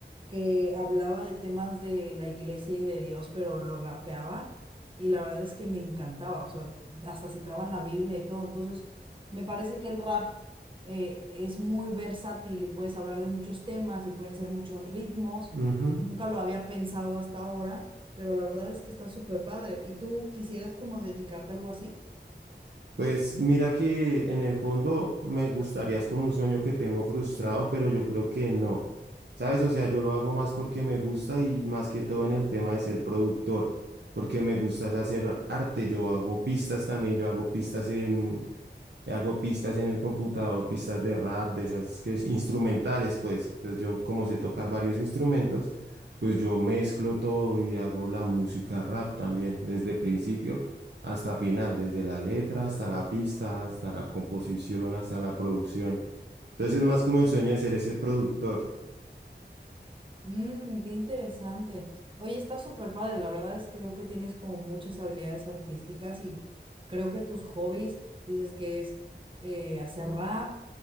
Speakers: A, on the right; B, on the right.
A: que hablaba de temas de la iglesia y de Dios, pero lo rapeaba y la verdad es que me encantaba, o sea, hasta citaban la Biblia y todo, entonces me parece que el rap eh, es muy versátil y puedes hablar de muchos temas y pueden ser muchos ritmos
B: Ujú.
A: y nunca lo había pensado hasta ahora, pero la verdad es que está súper padre. ¿Y tú quisieras como dedicarte a algo así?
B: Pues mira que en el fondo me gustaría, es como un sueño que tengo frustrado, pero yo creo que no. ¿Sabes? O sea, yo lo hago más porque me gusta y más que todo en el tema de ser productor, porque me gusta es hacer arte. Yo hago pistas también, yo hago pistas en, eh, Hago pistas en el computador, pistas de rap, de esas que es instrumentales, pues. Entonces yo, como sé tocar varios instrumentos, pues yo mezclo todo y hago la música rap también, desde principio hasta final, desde la letra hasta la pista, hasta la composición, hasta la producción. Entonces es más como el sueño de ser ese productor.
A: Mm, qué interesante. Oye, está súper padre. La verdad es que veo que tienes como muchas habilidades artísticas y creo que tus hobbies, dices que es eh, hacer rap,